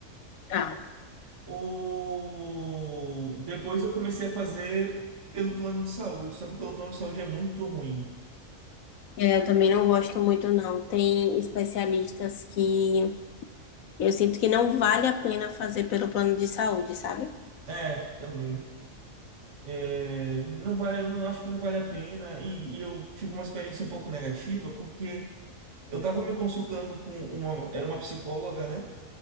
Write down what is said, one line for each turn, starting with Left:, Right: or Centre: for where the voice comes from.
Left: Tá.
Right: O... Depois eu comecei a fazer pelo plano de saúde, só que pelo plano de saúde é muito ruim.
Left: É, eu também não gosto muito, não. Tem especialistas que eu sinto que não vale a pena fazer pelo plano de saúde, sabe?
Right: É, também. É, não vale, não acho que não vale a pena. E, e eu tive uma experiência um pouco negativa, porque eu tava me consultando com uma. Era uma psicóloga, né?